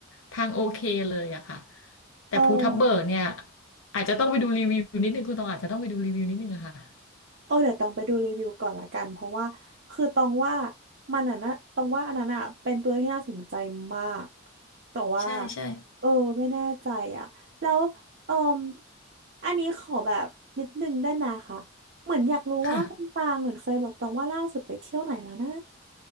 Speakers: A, on the left (about 70°); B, on the right (about 50°).
A: ทางโอเคเลยอะค่ะแต่ภูทับเบิกเนี่ย
B: เออ
A: อาจจะต้องไปดูรีวิวนิดนึงคุณตองอาจจะต้องไปดูรีวิวนิดนึงอะค่ะ
B: เออเดี๋ยวต้องไปดูรีวิวก่อนละกันเพราะว่าคือตองว่ามันอ่ะนะตองว่าอันนั้นอ่ะเป็นตัวที่น่าสนใจมากแต่ว่า
A: ใช่ใช่
B: เออไม่แน่ใจอ่ะแล้วเออมอันนี้ขอแบบนิดนึงได้ไหมคะเหมือนอยากรู้ว่าคุณปางเหมือนเคยบอกตองว่าล่าสุดไปเที่ยวไหนมานะ
A: ค่ะ